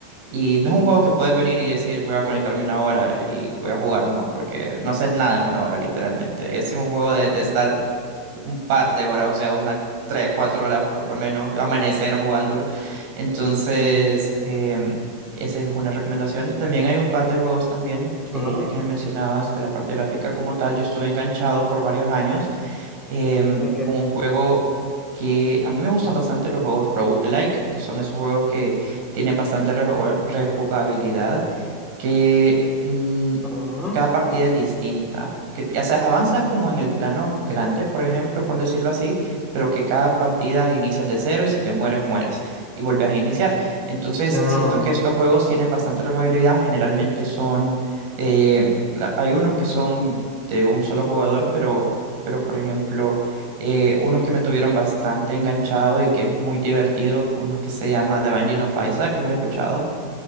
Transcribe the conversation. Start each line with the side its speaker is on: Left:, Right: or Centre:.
Right: y no es un juego que puedes venir y decir voy a conectarme una hora y voy a jugar, no, porque no haces nada en una hora literalmente, es un juego de, de estar un par de horas, o sea, unas tres, cuatro horas por lo menos, amanecer jugándolo. Entonces, em, esa es una recomendación. También hay un par de juegos también, eh,
Centre: ah,
Right: ya que me mencionabas de la parte gráfica como tal, yo estuve enganchado por varios años em,
Centre: ok.
Right: con un juego que a mí me gustan bastante los juegos roguelike, que son esos juegos que tienen bastante rejuga- rejugabilidad que mm,
Centre: Ah,
Right: cada partida es distinta. Que ya sea, avanzas como en el plano grande, por ejemplo, por decirlo así, pero que cada partida inicias de cero y si te mueres, mueres y vuelves a iniciar. Entonces,
Centre: no.
Right: siento que estos juegos tienen bastante rejugabilidad. Generalmente son, eh, la- hay unos que son de un solo jugador, pero, pero por ejemplo, eh, unos que me tuvieron bastante enganchado y que es muy divertido, uno que se llama The Binding of Isaac, ¿los has escuchado?